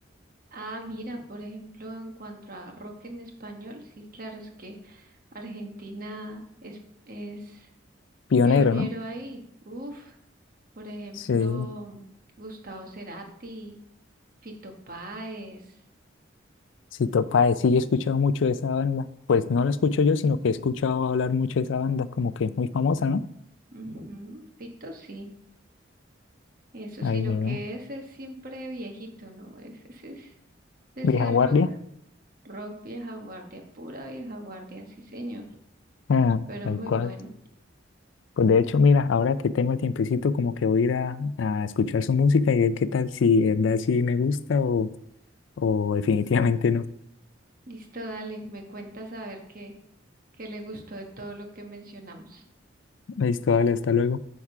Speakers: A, on the right (about 45°); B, on the left (about 70°).
A: Ah, mira, por ejemplo, en cuanto a rock en español, sí, claro, es que Argentina es, es
B: Pionero,
A: pionero
B: ¿no?
A: ahí. Uf, por ejemplo,
B: Sí.
A: Gustavo Cerati, Fito Páez,
B: Si Topae, sí, yo he escuchado mucho de esa banda. Pues no la escucho yo, sino que he escuchado hablar mucho de esa banda, como que es muy famosa, ¿no?
A: ujú, Fito sí. Eso,
B: Ay,
A: sino
B: mira,
A: que ese es siempre viejito, ¿no? Ese, ese, es- ese
B: vieja
A: es
B: guardia.
A: rock, rock vieja guardia, pura vieja guardia, sí señor,
B: Ah,
A: pero
B: tal
A: muy
B: cual.
A: bueno.
B: Pues de hecho, mira, ahora que tengo el tiempecito, como que voy a ir a, a escuchar su música y ver qué tal, si de verdad sí me gusta o, o definitivamente no.
A: Listo, dale, me cuentas a ver qué, qué le gustó de todo lo que mencionamos.
B: Listo, dale, hasta luego.